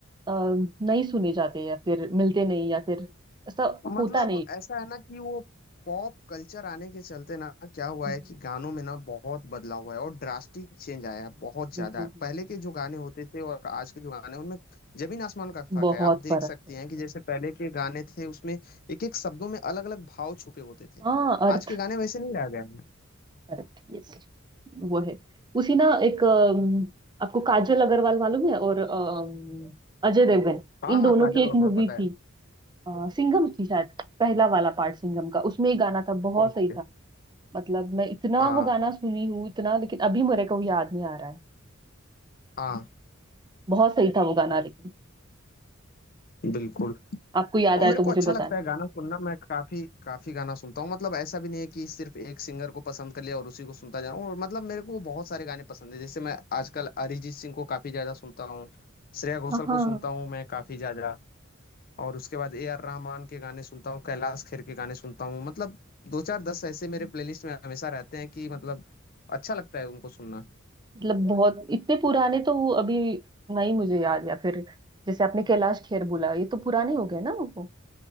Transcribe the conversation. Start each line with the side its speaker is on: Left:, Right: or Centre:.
Right: अ, नहीं सुने जाते या फिर मिलते नहीं या फिर ऐसा
Left: मतलब
Right: होता
Left: ऐसा है ना कि वो पॉप कल्चर आने के चलते ना क्या हुआ
Right: नहीं
Left: है कि गानों में ना बहुत बदलाव हुआ है और ड्रास्टिक चेंज आया है बहुत ज्यादा
Right: हम्म, हम्म, हम्म।
Left: पहले के जो गाने होते थे और आज के जो गाने हैं, उनमें जमीन आसमान का फर्क
Right: हम्म। बहुत
Left: है आप देख
Right: फर्क
Left: सकती
Right: है
Left: हैं कि जैसे पहले के गाने थे उसमें एक एक शब्दों में अलग अलग भाव छुपे होते थे
Right: हाँ अर्थ
Left: आज के गाने वैसे नहीं रह गए हैं
Right: Correct yes वो है उसी ना एक अम, आपको काजल अग्रवाल मालूम है और अम, अजय देवगन
Left: हाँ
Right: इन
Left: हाँ
Right: दोनों
Left: काजल
Right: की एक
Left: और
Right: मूवी
Left: पता है
Right: थी अ, सिंघम थी शायद पहला वाला पार्ट सिंघम का उसमें एक गाना था बहुत
Left: ओके
Right: सही था मतलब मैं इतना
Left: हाँ
Right: वो गाना सुनी हूँ इतना लेकिन अभी मेरे को वो याद नहीं आ रहा है
Left: हाँ
Right: बहुत सही था वो गाना लेकिन
Left: बिल्कुल
Right: आपको याद
Left: और
Right: आए
Left: मेरे
Right: तो
Left: को
Right: मुझे
Left: अच्छा
Right: बताना
Left: लगता है
Right: भी
Left: गाना सुनना मैं काफी काफी गाना सुनता हूँ मतलब ऐसा भी नहीं है कि सिर्फ एक सिंगर को पसंद कर लिया और उसी को सुनता जा रहा हूँ और मतलब मेरे को बहुत सारे गाने पसंद है जैसे मैं आजकल अरिजीत सिंह को काफी ज्यादा सुनता हूँ श्रेया घोषाल
Right: हाँ
Left: को
Right: हाँ
Left: सुनता हूँ मैं काफी ज्यादा और उसके बाद ए आर रहमान के गाने सुनता हूँ कैलाश खेर के गाने सुनता हूँ मतलब दो चार दस ऐसे मेरे प्लेलिस्ट में हमेशा रहते हैं कि मतलब अच्छा लगता है उनको सुनना
Right: मतलब बहुत इतने पुराने तो वो अभी नहीं मुझे याद या फिर जैसे आपने कैलाश खेर बोला ये तो पुराने हो गए ना वो